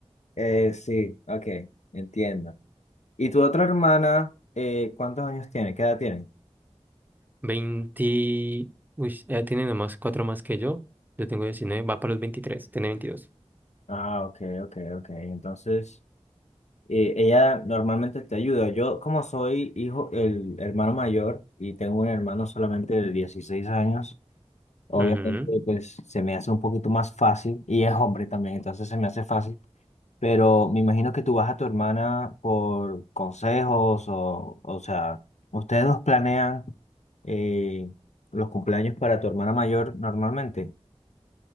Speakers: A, on the left (about 80°); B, on the right (about 15°).
A: Eh, sí, ok, entiendo. ¿Y tu otra hermana, eh, cuántos años tiene? ¿Qué edad tiene?
B: 20, uy, ella tiene nomás cuatro más que yo. Yo tengo diecinueve va para los veintitrés tiene veintidós
A: Ah, ok, ok, ok. Entonces... eh, ella normalmente te ayuda. Yo, como soy hijo, el hermano mayor y tengo un hermano solamente de 16 años, obviamente
B: Ujú.
A: pues se me hace un poquito más fácil y es hombre también, entonces se me hace fácil. Pero me imagino que tú vas a tu hermana por consejos o, o sea, ustedes dos planean eh, los cumpleaños para tu hermana mayor normalmente.